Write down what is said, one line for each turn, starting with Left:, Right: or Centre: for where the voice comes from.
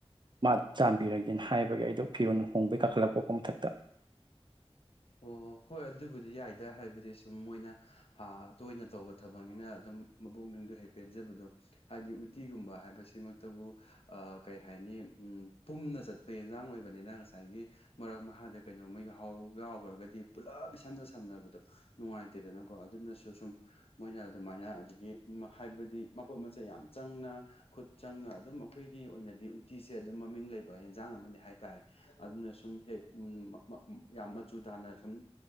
Right: ꯃꯥ ꯆꯥꯝꯕꯤꯔꯒꯦꯅ ꯍꯥꯏꯕꯒꯤ ꯑꯩꯗꯣ ꯐꯤꯔꯣꯟ ꯍꯣꯡꯕꯒꯤ ꯀꯥꯈꯠꯂꯛ ꯄꯣꯛꯀꯣꯛ ꯃꯊꯛꯇ
Left: ꯑꯣ ꯍꯣꯏ ꯑꯗꯨꯕꯨꯗꯤ ꯌꯥꯏꯗ ꯍꯥꯏꯕꯗꯤ ꯁꯨꯝ ꯃꯣꯏꯅ ꯍꯥ ꯇꯣꯏꯅ ꯇꯧꯕ ꯊꯕꯛꯅꯤꯅ ꯑꯗꯨꯝ ꯃꯕꯨꯛꯅꯤꯡꯗꯣ ꯍꯦꯛ ꯄꯦꯟꯖꯕꯗꯣ ꯍꯥꯏꯗꯤ ꯎꯇꯤꯒꯨꯝꯕ ꯍꯥꯏꯕꯁꯤꯃꯛꯇꯕꯨ ꯑ ꯀꯩ ꯍꯥꯏꯅꯤ ꯎ ꯄꯨꯝꯅ ꯆꯠꯄ ꯌꯦꯟꯖꯥꯡ ꯑꯣꯏꯕꯅꯤꯅ ꯉꯁꯥꯏꯒꯤ ꯃꯔꯛ ꯃꯍꯥꯗ ꯀꯩꯅꯣꯝꯃ ꯌꯥꯍꯥꯎ ꯌꯥꯎꯒ꯭ꯔꯒꯗꯤ ꯄꯨꯜꯂꯞ ꯏꯁꯝꯗ ꯁꯝꯅꯕꯗꯣ ꯅꯨꯡꯉꯥꯏꯇꯦꯗꯅꯀꯣ ꯑꯗꯨꯅꯁꯨ ꯁꯨꯝ ꯃꯣꯏꯅ ꯑꯗꯨꯃꯥꯏꯅ ꯑꯗꯒꯤ ꯍꯥꯏꯕꯗꯤ ꯃꯄꯣꯠ ꯃꯆꯩ ꯌꯥꯝ ꯆꯪꯅ ꯈꯨꯠ ꯆꯪꯅ ꯑꯗꯨꯝ ꯑꯩꯈꯣꯏꯒꯤ ꯑꯣꯏꯅꯗꯤ ꯎꯇꯤꯁꯦ ꯑꯗꯨꯝ ꯃꯃꯤꯡ ꯂꯩꯕ ꯌꯦꯟꯖꯥꯡ ꯑꯃꯅꯤ ꯍꯥꯏꯇꯥꯔꯦ ꯑꯗꯨꯅ ꯁꯨꯝ ꯍꯦꯛ ꯎꯝ ꯃ ꯃ ꯌꯥꯝ ꯃꯆꯨ ꯇꯥꯅ ꯁꯨꯝ